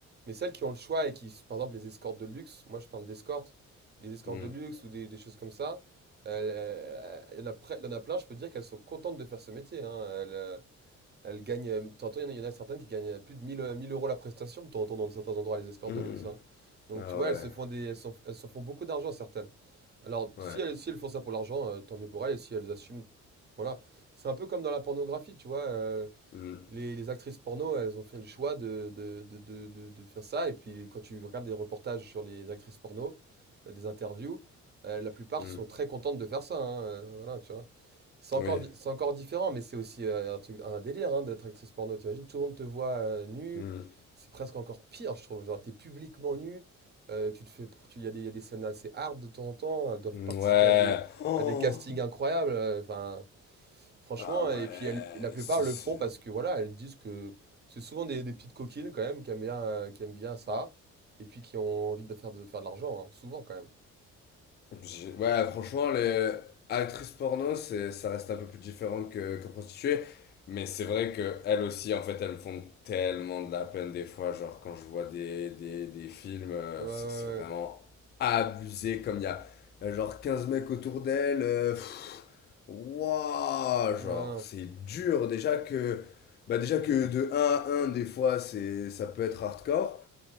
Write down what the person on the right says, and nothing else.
Mais celles qui ont le choix et qui, par exemple, les escortes de luxe, moi je parle d'escortes, les escortes
de luxe ou des des choses comme ça. Euh, euh, il y en a, pre- il y en a plein, je peux dire qu'elles sont contentes de faire ce métier. Hein. Elles, euh, elles gagnent. euh, T'entends, il y en a, il y en a certaines qui gagnent plus de 1000 euh, 1000 euros la prestation. T'entends dans certains endroits les escortes
de luxe. hein. Donc
tu vois,
elles se font des, elles s'en, elles s'en font beaucoup d'argent certaines. Alors
si elles, si elles font ça pour l'argent, euh, tant mieux pour elles. Et si elles assument, voilà. C'est un peu comme dans la pornographie, tu vois. euh,
les, les actrices porno, elles ont fait le choix de, de, de, de, de- de faire ça. Et puis, quand tu regardes des reportages sur les actrices porno, euh, des interviews, euh, la plupart
sont très contentes de faire ça. hein, euh, voilà, tu vois. C'est encore,
di- c'est encore différent, mais c'est aussi euh, un truc, un délire hein, d'être actrice porno. T'imagines, tout le monde te voit euh, nue.
C'est presque encore pire, je trouve. Genre, t'es publiquement nue. euh, tu te fais, pr- tu, il y a des, il y a des scènes assez hard de temps en temps. Elles doivent
participer
à des,
à des castings incroyables. euh, Enfin, franchement,
et puis elles- la plupart
le
font parce que voilà, elles disent que c'est souvent des, des petites coquines quand même qui aiment bien, euh, qui aiment bien ça. Et puis qui ont envie de faire de, faire de l'argent, hein, souvent quand même.
Ouais, ouais,
ouais.
Non,
non.